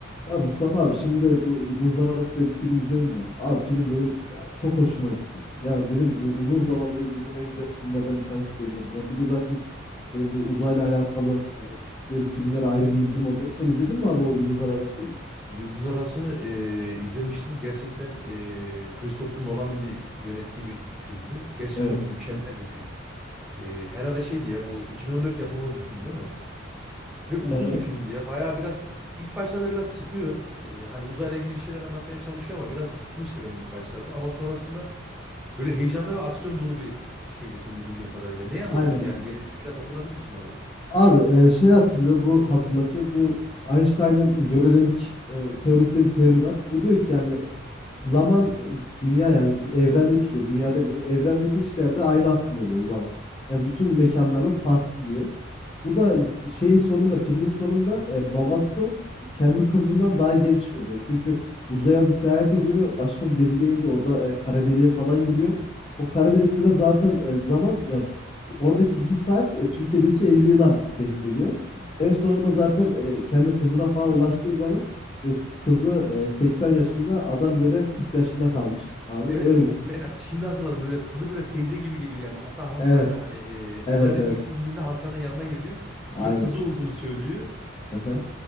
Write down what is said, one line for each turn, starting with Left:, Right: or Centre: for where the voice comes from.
Left: Ya Mustafa abi şimdi bu Yıldızlar Arası diye bir film izledim de. Abi film benim ya çok hoşuma gitti. Yani benim bu uzun zamandır izlediğim en güzel filmlerden bir tanesi diyebilirim. Ya bir de zaten benim bir uzayla alakalı e, böyle filmlere ayrı bir ilgim oluyor. Sen izledin mi abi o
Centre: Hı
Left: Yıldızlar
Centre: hı.
Left: Arası'nı?
Centre: Yıldız Arası'nı eee, izlemiştim. Gerçekten eee Christopher Nolan'ın bir yönettiği bir filmdi. Gerçekten
Left: Evet.
Centre: mükemmel bir film. Eee, herhalde şeydi ya bu 2014 yapımı bir film değil mi? Ve uzun
Left: Yani
Centre: bir filmdi ya. Bayağı biraz ilk başlarda biraz sıkıyor. Ee, hani uzayla ilgili bir şeyler anlatmaya çalışıyor ama biraz sıkmıştı beni ilk başlarda. Ama sonrasında böyle heyecanlı ve aksiyon dolu bir şeydi filmdi bildiğim kadarıyla. Neyi anlatıyordu
Left: aynen aynen.
Centre: yani genellikle biraz hatırlatır mısın bana abi?
Left: Abi e, şey hatırlıyor bu hatırlatıyor bu Einstein'ın görelilik e, teorisinde bir teori var. Bu diyor ki yani
Centre: Hı hı.
Left: zaman e, dünya yani evrendeki diyor dünya demeyeyim evrendeki hiçbir yerde aynı akmıyor diyor zaman. Yani bütün mekanlarda farklı diyor. Bu da şeyin sonunda, filmin sonunda e, babası kendi kızından daha genç oluyor. Çünkü uzaya bir seyahat ediyor, başka bir gezegene gidiyor. Orada e, kara deliğe falan giriyor. O kara
Centre: Hı hı.
Left: delikte de zaten e, zaman ya oradaki bir saat e, Türkiye'deki 50 yıla denk geliyor. En sonunda zaten e, kendi kızına falan ulaştığı zaman e, kızı e, 80 yaşında, adam böyle 40 yaşında kalmış abi.
Centre: Evet
Left: Öyle
Centre: o
Left: bir film.
Centre: ben şimdi hatırladım. Böyle kızı böyle teyze gibi geliyor yani. Hatta hastanede
Left: Evet.
Centre: hani e,
Left: Evet,
Centre: uzaydan
Left: evet.
Centre: ilk indiğinde hastanede yanına geliyor
Left: Aynen.
Centre: ve kızı olduğunu söylüyor.
Left: Hı hı.